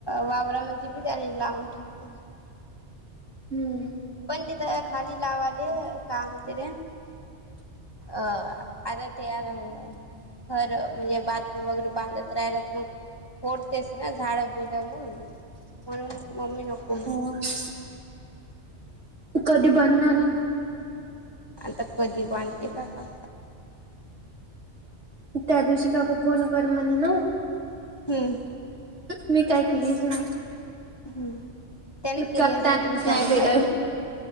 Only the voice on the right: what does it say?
हम्म.
<inaudible> तू कधी बांधणार आय?
त्या दिवशी काकू फोन कर म्हनी ना.
मी काय केलीच नाय.
का
टाइमच
नाही भेटत